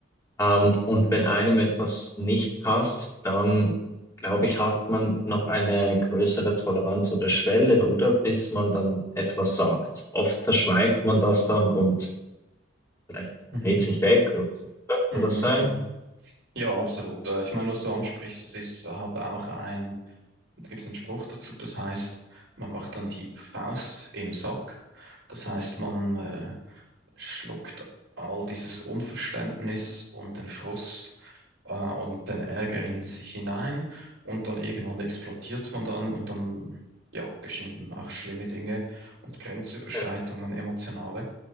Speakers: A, on the left; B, on the right.
A: Ähm, und wenn einem etwas nicht passt, dann glaube ich, hat man noch eine größere Toleranz oder Schwelle, oder? Bis man dann etwas sagt. Oft verschweigt man das dann und vielleicht
B: Mhm.
A: dreht sich weg oder so. Oder kann
B: Mhm.
A: das sein?
B: Mhm. Ja, absolut. Äh, Ich meine, was du ansprichst, das ist, hat auch ein, da gibt es einen Spruch dazu, das heißt, man macht dann die Faust im Sack. Das heißt, man äh, schluckt all dieses Unverständnis und den Frust äh, und den Ärger in sich hinein und dann irgendwann explodiert man dann und dann, ja, geschehen dann auch schlimme Dinge und Grenzüberschreitungen,
A: Mhm.
B: emotionale.